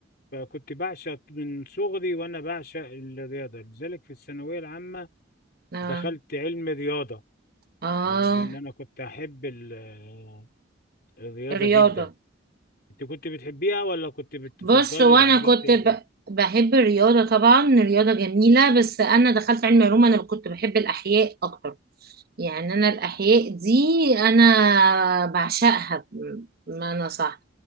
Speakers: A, on the left (about 55°); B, on the right (about 55°).
A: فكنت بعشق من صغري وانا بعشق الرياضه لذلك في الثانويه العامه
B: اه
A: دخلت علم رياضه
B: اه
A: من لان انا كنت احب ال- الرياضه
B: رياضة
A: جدا انت كنت بتحبيها ولا كنت بتفضلي
B: بص وانا
A: الحاجات
B: كنت
A: ال...
B: ب... بحب الرياضه طبعا الرياضه جميله بس انا دخلت علم علوم انا كنت بحب الاحياء اكتر يعني انا الاحياء دي انا بعشقها بمعنى صح